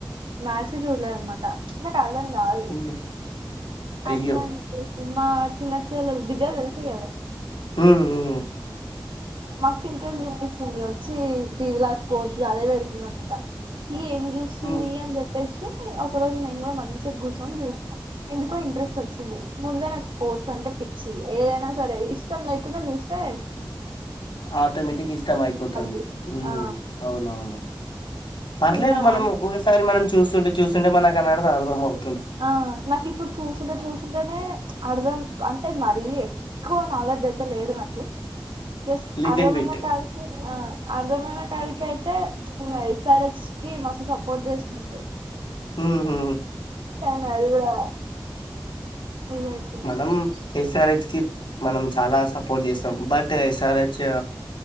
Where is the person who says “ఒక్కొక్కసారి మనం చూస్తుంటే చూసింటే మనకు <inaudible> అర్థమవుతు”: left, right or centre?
Left